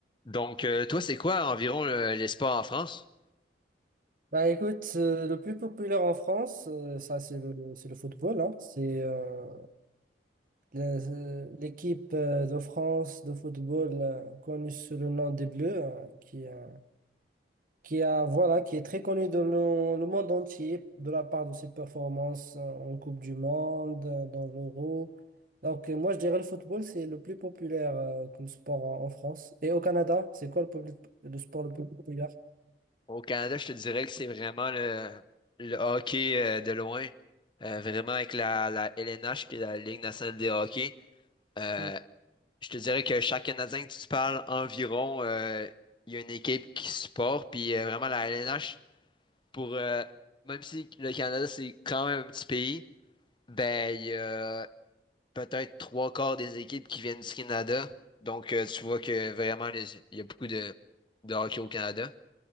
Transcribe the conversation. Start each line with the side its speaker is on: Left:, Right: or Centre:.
Left: Donc, euh, toi, c'est quoi environ le- les sports en France?
Right: Bah écoute, euh, le plus populaire en France, euh, ça c'est le, c'est le football. hein. C'est euh, la- euh, l'équipe euh, de France de football euh, connue sous le nom des Bleus, euh, qui, euh, qui a voilà, qui est très connue dans le, le monde entier de la part de ses performances euh, en Coupe du Monde, euh, dans l'Euro. Donc euh, moi je dirais le football c'est le plus populaire euh, comme sport en, en France. Et au Canada, c'est quoi le, public- le sport le plus populaire?
Left: Au Canada, je te dirais que c'est vraiment le, le hockey euh, de loin, Euh, vraiment avec la, la LNH, qui est la Ligue nationale des hockey. Euh,
Right: Hmm.
Left: je te dirais que chaque Canadien que tu parles environ, euh, il y a une équipe qui supporte, puis euh, vraiment la LNH, pour, euh, même si le Canada, c'est quand même un petit pays, ben, il y a peut-être trois quarts des équipes qui viennent du Canada. Donc, euh, tu vois que vraiment, les- il y a beaucoup de, de hockey au Canada.